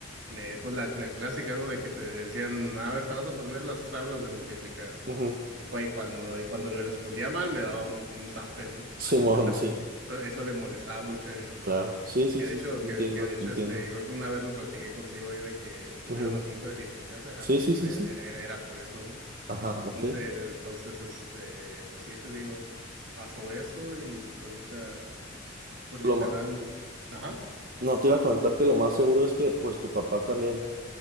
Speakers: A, on the right; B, on the right.
A: me, pues la, la clásica, ¿no? De que te decían, a ver, te vas a aprender las tablas de multiplicar.
B: Ujú.
A: Y, cua- y cuando, y cuando le respondía mal, me daba un, un zape, ¿no?
B: <laughs> Simón,
A: Eso,
B: sí,
A: eso le molestaba mucho a mi mamá.
B: claro. Sí, sí,
A: Que
B: sí,
A: de hecho,
B: te
A: que,
B: entiendo,
A: que de
B: te
A: hecho,
B: entiendo.
A: este, creo que una vez lo platiqué contigo ahí de que estuvieron
B: Ujú.
A: a punto de divorciarse, ah,
B: Sí,
A: pues
B: sí,
A: fue,
B: sí, sí.
A: era, era, era por eso, ¿no?
B: Ajá, ok.
A: Entonces, entonces, este, pues sí, te digo, pasó eso y pues ahorita, pues literal,
B: Lo ma-
A: ajá,
B: No, te iba a comentar que lo más seguro es que pues tu papá también